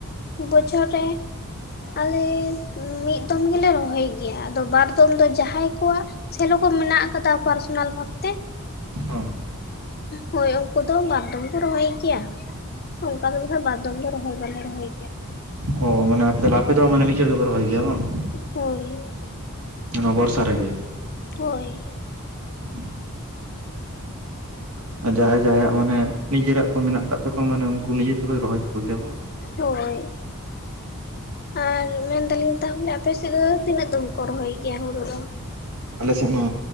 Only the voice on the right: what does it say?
ᱚ
ᱚ ᱢᱟᱱᱮᱛᱟᱦᱞᱮ ᱟᱯᱮ ᱫᱚ ᱢᱟᱱᱮ ᱢᱤᱫᱷᱟᱹᱲ ᱨᱮ ᱯᱮ ᱨᱚᱦᱚᱭ ᱜᱮᱭᱟ ᱵᱟᱝ
ᱱᱚᱣᱟ ᱵᱚᱨᱥᱟ ᱨᱮᱜᱮ
ᱦᱮᱸ ᱡᱟᱦᱟᱸᱭ ᱡᱟᱦᱟᱸᱭᱟᱜ ᱢᱟᱱᱮ ᱱᱤᱡᱮᱨᱟᱜ ᱠᱚ ᱢᱮᱱᱟᱜ ᱟᱠᱟᱫ ᱛᱟᱠᱚᱣᱟ ᱢᱟᱱᱮ ᱩᱱᱠᱩ ᱱᱤᱡᱮ ᱛᱮᱠᱚ ᱨᱚᱦᱚᱭ ᱛᱟᱠᱚ ᱜᱮᱭᱟ ᱵᱟᱝ
ᱟᱞᱮ ᱥᱮᱫ ᱢᱟ